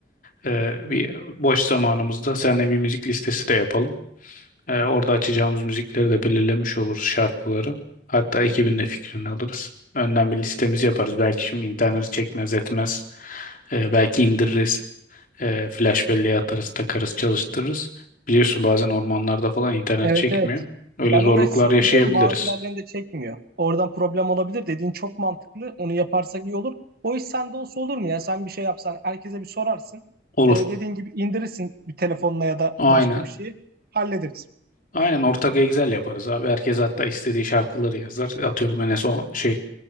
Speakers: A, on the left (about 45°); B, on the right (about 55°).
A: Ee, bir boş zamanımızda seninle bir müzik listesi de yapalım. Ee, orada açacağımız müzikleri de belirlemiş oluruz şarkıları. Hatta ekibin de fikrini alırız. Önden bir listemizi yaparız. Belki şimdi interneti çekmez etmez. Ee, belki indiririz. Ee, flash belleğe atarız, takarız, çalıştırırız. Biliyorsun bazen ormanlarda falan internet
B: Evet
A: çekmiyor.
B: evet.
A: Öyle
B: Ben
A: zorluklar
B: oraya sık
A: yaşayabiliriz.
B: gidiyorum. Bazı yerlerinde çekmiyor. Oradan problem olabilir. Dediğin çok mantıklı. Onu yaparsak iyi olur. O iş sende olsa olur mu ya? Sen bir şey yapsan herkese bir sorarsın.
A: Olur.
B: Ee, dediğin gibi indirirsin bir telefonla ya da
A: Aynen.
B: başka bir şeyi hallederiz.
A: Aynen ortak Excel yaparız abi. Herkes hatta istediği şarkıları yazar. Atıyorum en son şey